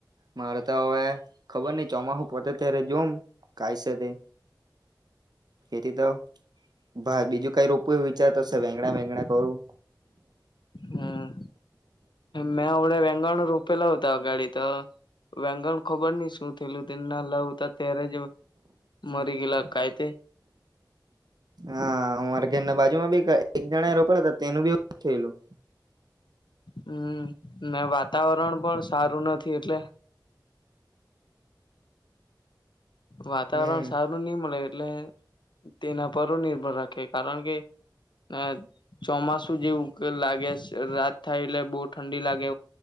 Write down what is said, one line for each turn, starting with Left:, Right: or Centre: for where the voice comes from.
Right: મારે તો હવે ખબર નઈ ચોમાહું પતે ત્યારે જોમ કાયસે તે, ખેતી તો... ભા બીજું કઈ રોપું એવું વિચારતોશે. વેંગડા વેંગડા કરું.
Left: હમ મેં અવઢે વેંગણ રોપેલા હતા અગાડી તો, વેંગણ ખબર નહી શું થેયલું તે નાલા ઉતા ત્યારે જ મરી ગયેલા કાયતે...
Right: હા અમારે ઘેર ના બાજુમાં બી એક એક જણા એ રોપેલુ તો... તેનું બી એવું જ થેયલું.
Left: હમ ને વાતાવરણ પણ સારું નથી એટલે... વાતાવરણ
Right: હમ
Left: સારું ની મળે... એટલે તેના પર હો નિર્ભર રાખે, કારણ કે અ ચોમાસું જેવું લાગે રાત થાય એટલે બહુ ઠંડી લાગે